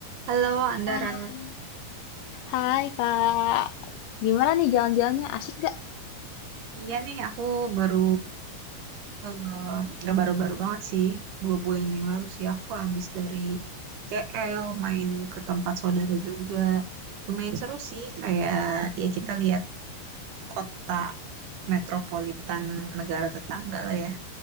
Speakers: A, on the right; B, on the left.
A: Halo Andara,
B: Ah, Hai Kak, gimana nih jalan-jalannya? Asik gak?
A: iya nih aku baru eh, nggak baru-baru banget sih dua bulan yang lalu sih aku habis dari KL main ke tempat saudara juga lumayan seru sih kayak ya kita lihat kota metropolitan negara tetangga lah ya